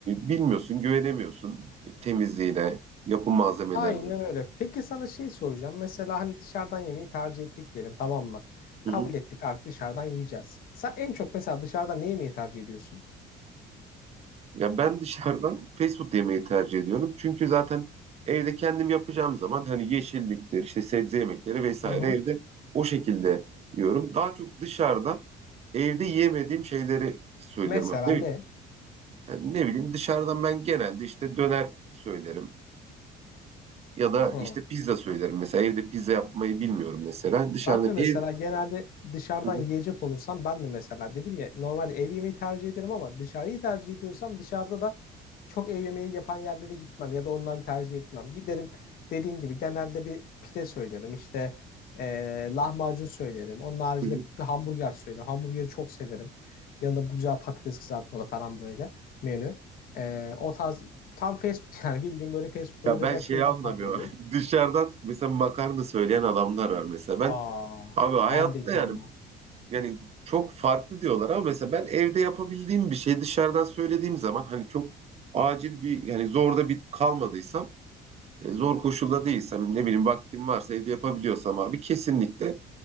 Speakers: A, on the right; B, on the left.
A: bilmiyorsun, güvenemiyorsun temizliğine, yapım malzemelerine.
B: Aynen öyle. Peki sana şey soracağım. Mesela hani dışarıdan yemeği tercih ettik diyelim tamam mı? Kabul
A: Hı hı.
B: ettik artık dışarıdan yiyeceğiz. Sen en çok mesela dışarıdan ne yemeği tercih ediyorsun?
A: Ya ben dışarıdan fast food yemeyi tercih ediyorum. Çünkü zaten evde kendim yapacağım zaman hani yeşilliktir, işte sebze yemekleri vesaire
B: Hı hı.
A: evde o şekilde yiyorum. Daha çok dışarıda evde yiyemediğim şeyleri söylüyorum.
B: Mesela
A: Yani
B: ne?
A: Ne, bi- yani ne bileyim dışarıdan ben genelde işte döner söylerim ya da
B: Hı.
A: işte pizza söylerim. Mesela evde pizza yapmayı bilmiyorum mesela. Dışarıda
B: Ben de
A: ev
B: mesela genelde dışarıdan
A: Hı hı,
B: yiyecek olursam ben de mesela dedim ya normalde ev yemeği tercih ederim ama dışarıyı tercih ediyorsam dışarıda da çok ev yemeği yapan yerlere gitmem ya da onları tercih etmem. Giderim dediğin gibi genelde bir pide söylerim işte eee, lahmacun söylerim. Onun haricinde
A: hı hı.
B: bir hamburger söylerim. Hamburgeri çok severim. Yanında bu güzel patates kızartmalı falan böyle menü. Eee, o tarz tam fast food <laughs> yani bildiğim böyle fast food doyuracak
A: ya ben şeyi
B: şeyler
A: anlamıyorum.
B: tercih ederim.
A: <laughs> Dışarıdan mesela makarna söyleyen adamlar var mesela. Ben
B: Aa,
A: abi hayatta
B: ben de hiç
A: yani
B: anlamam.
A: Yani çok farklı diyorlar ama mesela ben evde yapabildiğim bir şey dışarıdan söylediğim zaman hani çok acil bir yani zorda bir kalmadıysam e, zor koşulda değilsem ne bileyim vaktim varsa evde yapabiliyorsam abi kesinlikle